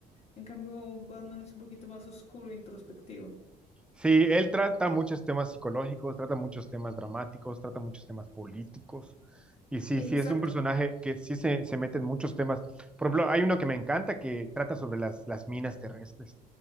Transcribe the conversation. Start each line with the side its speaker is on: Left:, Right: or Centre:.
Left: En cambio, Batman es un poquito más oscuro e introspectivo.
Centre: Sí, él trata muchos temas psicológicos, trata muchos temas dramáticos, trata muchos temas políticos. Y sí,
Left: Exacto.
Centre: sí, es un personaje que sí se, se mete en muchos temas. Por ejemplo, hay uno que me encanta que trata sobre las, las minas terrestres